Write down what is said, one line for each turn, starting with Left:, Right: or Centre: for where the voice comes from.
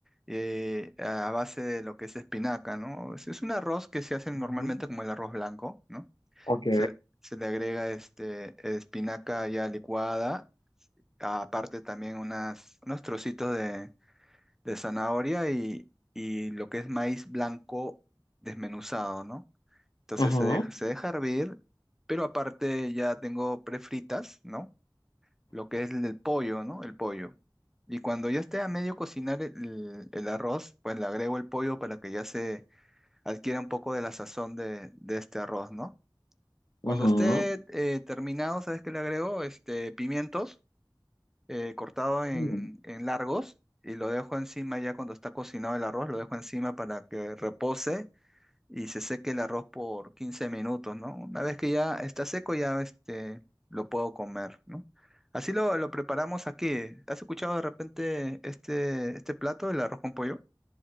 Centre: eh, a base de lo que es espinaca, ¿no? Es, es un arroz que se hace normalmente
Left: Ujú.
Centre: como el arroz blanco, ¿no?
Left: Ok.
Centre: Se, se le agrega este, espinaca ya licuada, aparte también unas, unos trocitos de, de zanahoria y, y lo que es maíz blanco desmenuzado, ¿no? Entonces
Left: Ujú,
Centre: se deja, se deja hervir, pero aparte ya tengo prefritas, ¿no? lo que es el, pollo, ¿no? El pollo. Y cuando ya esté a medio cocinar el, el arroz, pues le agrego el pollo para que ya se adquiera un poco de la sazón de, de este arroz, ¿no? Cuando
Left: ujú,
Centre: esté eh, terminado, ¿sabes qué le agrego? Este, pimientos eh, cortado en,
Left: ujú.
Centre: en largos y lo dejo encima ya cuando está cocinado el arroz, lo dejo encima para que repose y se seque el arroz por 15 minutos, ¿no? Una vez que ya está seco, ya este, lo puedo comer, ¿no? Así lo, lo preparamos aquí. ¿Has escuchado de repente este, este plato, el arroz con pollo?